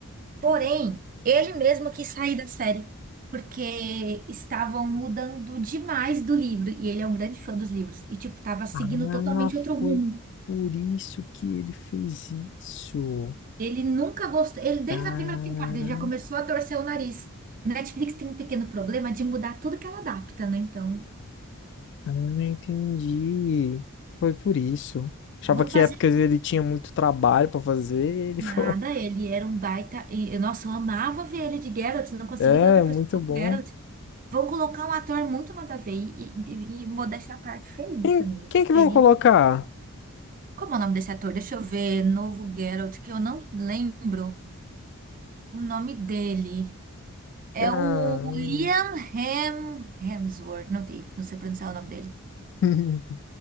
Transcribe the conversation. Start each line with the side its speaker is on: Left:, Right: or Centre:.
Right: Porém, ele mesmo quis sair da série porque estavam mudando demais do livro e ele é um grande fã dos livros e tipo tava seguindo
Left: Ah,
Right: totalmente outro rumo.
Left: foi por isso que ele fez isso.
Right: Ele nunca gostou, ele desde
Left: Cara,
Right: a primeira temporada ele já começou a torcer o nariz. A Netflix tem um pequeno problema de mudar tudo que ela adapta, né? Então,
Left: ah, não entendi. Foi por isso. Achava
Right: vamos
Left: que
Right: fazer
Left: épocas ele tinha muito trabalho pra fazer, ele
Right: Nada,
Left: falou,
Right: ele era um baita. e- Nossa, eu amava ver ele de Geralt, não
Left: <laughs>
Right: consigo
Left: é,
Right: ver outra
Left: muito
Right: pessoa como
Left: bom.
Right: Geralt. Vão colocar um ator muito nada a ver e, e, e modéstia à parte feio
Left: Quem,
Right: também. Eu
Left: quem
Right: preferia.
Left: que vão colocar?
Right: Como é o nome desse ator? Deixa eu ver. Novo Geralt, que eu não lembro o nome dele. É
Left: Caramba.
Right: o Liam Hem... Hemsworth, não, tem, não sei pronunciar o nome dele.
Left: <laughs>